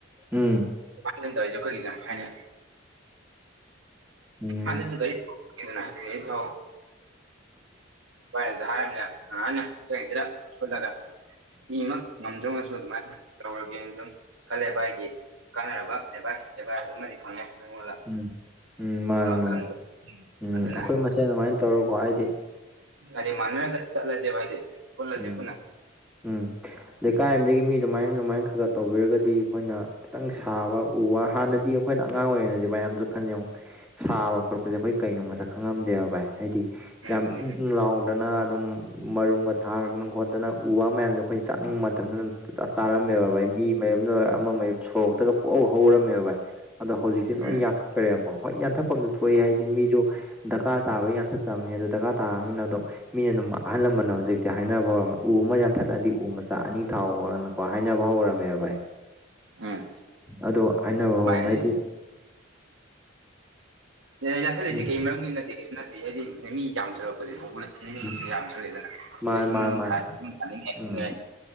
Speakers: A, in the centre; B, on the right (about 80°).
A: ꯎꯝ
B: ꯀꯩꯅꯅ ꯇꯧꯔꯤꯁ ꯑꯩꯈꯣꯏꯒꯤꯁꯅ ꯍꯥꯏꯅ
A: ꯎꯝ
B: ꯑꯗꯁꯨ ꯒꯥꯔꯤ ꯊꯗꯔꯤ ꯊ ꯍꯥꯔꯅꯁꯤꯂꯒ ꯃꯤꯃꯛ ꯉꯝꯗ꯭ꯔꯃꯁꯨ ꯑꯗꯨꯃꯥꯏꯅ ꯇꯧꯔꯒꯦꯅ ꯁꯨꯝ ꯈꯜꯂꯦ ꯚꯥꯏꯒꯤ ꯀꯥꯟꯅꯔꯕ ꯑꯦꯗꯚꯥꯏꯁ ꯑꯦꯗꯚꯥꯏꯁ ꯑꯃꯗꯤ ꯐꯪꯉꯦ ꯑꯩꯉꯣꯟꯗ
A: ꯎꯝ ꯎꯝ ꯃꯥꯅꯤ ꯃꯥꯅꯤ
B: ꯈꯪꯕ
A: ꯎꯝ
B: ꯑꯗꯨꯅ
A: ꯑꯩꯈꯣꯏ ꯃꯁꯦꯟ ꯑꯗꯨꯃꯥꯏꯅ ꯇꯧꯔꯀꯣ ꯍꯥꯏꯗꯤ
B: ꯍꯥꯏꯗꯤ ꯃꯥꯟꯅꯔꯒ ꯆꯠꯂꯁꯦꯕ ꯍꯥꯏꯗꯤ ꯄꯨꯜꯂꯁꯦ
A: ꯎꯝ
B: ꯄꯨꯟꯅ
A: ꯎꯝ ꯂꯩꯀꯥꯏ ꯑꯗꯒꯤ ꯃꯤ ꯑꯗꯨꯃꯥꯏꯅ ꯑꯗꯨꯃꯥꯏꯅ ꯈꯔ ꯈꯔ ꯇꯧꯕꯤꯔꯒꯗꯤ ꯑꯩꯈꯣꯏꯅ ꯈꯤꯇꯪ ꯁꯥꯕ ꯎ ꯋꯥ ꯍꯥꯟꯅꯗꯤ ꯑꯩꯈꯣꯏꯅ ꯑꯉꯥꯡ ꯑꯣꯏꯔꯤꯉꯩꯗꯤ ꯃꯌꯥꯝꯁꯨ ꯈꯟ ꯌꯦꯉ ꯁꯥꯕ ꯈꯣꯠꯄꯁꯦ ꯑꯩꯈꯣꯏ ꯀꯩꯅꯣ ꯃꯁꯛ ꯈꯪꯉꯝꯗꯦꯕ ꯚꯥꯏ ꯍꯥꯏꯗꯤ
B: ꯎꯝ
A: ꯌꯥꯝ
B: ꯑꯗꯨꯅꯤ
A: ꯏꯪꯪ ꯂꯥꯎꯗꯅ ꯑꯗꯨꯝ ꯃꯔꯨꯝꯒ ꯊꯥꯗꯅ ꯈꯣꯠꯇꯅ ꯎ ꯋꯥ ꯃꯌꯥꯝꯁꯦ ꯑꯩꯈꯣꯏꯅ ꯆꯥꯅꯤꯡꯕ ꯃꯇꯝꯗ ꯑꯗꯨꯝ ꯄꯨꯆꯥꯥ ꯆꯥꯔꯝꯃꯦꯕꯚ ꯃꯤ ꯃꯌꯨꯝꯗ ꯑꯃ ꯃꯌꯨꯝ ꯁꯣꯔꯣꯛꯇꯒ ꯄꯣꯛꯑꯧ ꯍꯧꯔꯝꯃꯦꯕ ꯚꯥꯏ ꯑꯗꯣ ꯍꯧꯖꯤꯛꯇꯤ ꯂꯣꯏ
B: ꯎꯝ
A: ꯌꯥ ꯔꯦꯀꯣ ꯍꯣꯏ ꯌꯥꯟꯊꯠꯄ ꯑꯃꯗ ꯊꯣꯛꯑꯏ ꯍꯥꯏꯗꯤ ꯃꯤ ꯨ ꯗꯔꯀꯥꯔ ꯇꯥꯕꯒꯤ ꯌꯥꯟꯊꯠꯆꯕꯅꯤ ꯑꯗꯨꯣ ꯗꯔꯀꯥꯔ ꯇꯥꯔꯕꯅꯤꯅ ꯑꯗꯣ ꯃꯤꯅ ꯑꯗꯨꯝ ꯑꯍꯜ ꯂꯃꯟꯅ ꯍꯧꯖꯤꯛꯇꯤ ꯍꯥꯏꯅꯕ ꯍꯧꯔꯝꯃꯦ ꯎ ꯑꯃ ꯌꯥꯟꯊꯠꯂꯗꯤ ꯎ ꯃꯆꯥ ꯑꯅꯤ ꯊꯥꯎ ꯍ ꯍꯥꯏꯅꯕ ꯍꯧꯔꯝꯃꯦꯕ ꯚꯥꯏ
B: ꯎꯝ
A: ꯑꯗꯣ ꯍꯥꯏꯅꯕ ꯍꯧꯔꯝꯃꯦꯗꯤ
B: ꯚꯥꯏ ꯑꯗꯨ ꯌꯥꯊꯦꯁꯤꯦ
A: ꯎꯝ
B: ꯀꯩ ꯃꯔꯝꯒꯤ ꯏ ꯅꯠꯇꯦ ꯅꯠꯇꯗꯤ ꯍꯥꯏꯗꯤ ꯃꯤ ꯌꯥꯝꯁꯤꯜꯂꯛꯄꯁꯦ ꯄꯣꯄꯨꯂꯦꯁꯟ ꯃꯤꯁꯦ
A: ꯎꯝ
B: ꯌꯥꯝꯁꯜꯂꯛꯦꯗꯅ
A: ꯃꯥꯅꯦ
B: ꯑꯩ ꯌꯨꯝ
A: ꯃꯥꯅꯦ ꯃꯥꯅꯦ
B: ꯊ ꯌꯨꯝ ꯊꯥꯅꯤꯡꯉ
A: ꯎꯝ